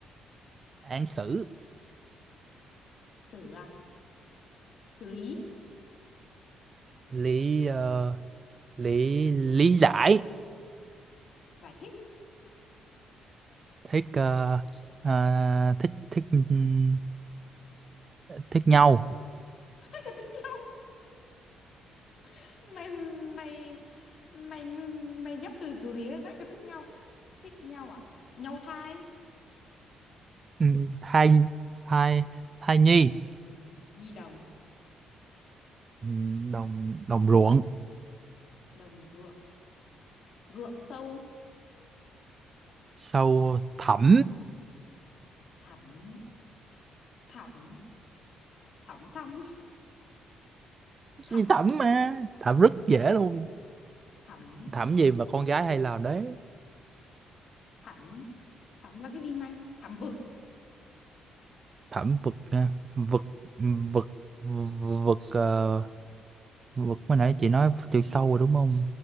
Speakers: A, on the right (about 35°); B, on the left (about 55°).
A: án xử
B: xử à xử lý
A: lý ờ, lý lý giải
B: giải thích
A: thích ờ, ờ, thích thích ừm, thích nhau
B: <laughs> hai cái thích nhau <laughs> mày mày mày mày ghép từ kiểu gì đấy vãi cả thích nhau thích nhau à nhau thai
A: ừ, thai thai thai nhi
B: ni đồng
A: ừ, đồng đồng ruộng
B: đồng ruộng ruộng sâu
A: sau thẩm
B: thẳm thẳm thẳm thăm <laughs> thẳm
A: Cái thẩm mà thẩm rất dễ luôn
B: thẳm
A: thẩm gì mà con gái hay làm đấy
B: thẳm thẳm là cái gì mày thẳm vực
A: thẩm vực à, vực vực vực ờ, vực mới nãy chị nói chiều sâu rồi đúng không